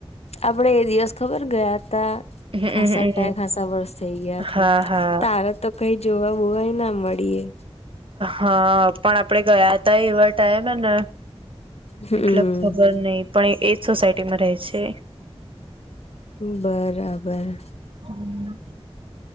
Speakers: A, on the left; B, on the right.
A: આપણે એ દિવસ ખબર ગયાં તા.
B: હમમ
A: ખાસ ટાઈ ખાસા વર્ષ થઈ ગયાં
B: હા હા
A: તારત તો કઈ જોવા બોવાય ના મળીએ.
B: હા પણ આપડે ગયાં તા એવા ટાઈમેને.
A: હમ
B: એટલે ખબર નહિં પણ એ એજ સોસાયટીમાં રેય છે.
A: બરાબર.
B: હમ્મ.